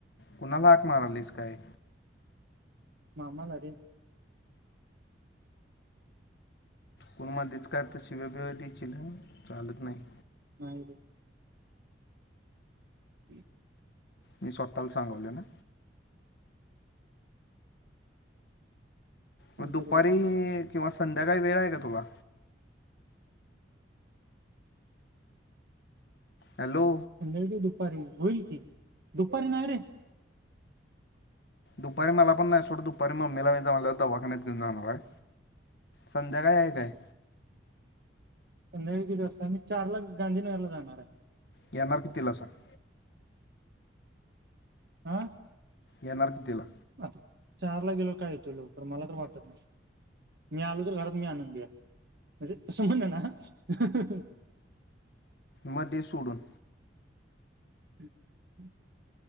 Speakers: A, on the left; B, on the right.
A: कुणाला हाक मारालीस काय?
B: ममालारे.
A: कोण मधच का तर शिवे बिव दिशील चालत नाही.
B: नाहीरे. हम्म,
A: ''मी स्वतःला सांगवले ना. मग
B: बरोबर
A: दुपारी
B: सांगायलास
A: किंवा संध्याकाळी वेळ आहे का तुला. हॅलो,
B: संध्याळी ते दुपारी होईल की, दुपारी नाही रे.
A: दुपारी मला पण नाही सोड दुपारी मला मम्मीला जमलं वाखाण्याततेन जाणार आहे. संध्याकाळी आहे काय.
B: संध्याळी किती वाजता मी चार ला गांधीनगर ला जाणार आहे.
A: येणार की तिला सांग.
B: आ,
A: येणार कितीला.
B: आता चार ला गेलो काय येतो लवकर मला तर वाटत नाही. ''मी आलो तर घरात मी आनंद आहे म्हणजे तसं म्हण ना.
A: म दे सोडून.
B: हम् <inaudible>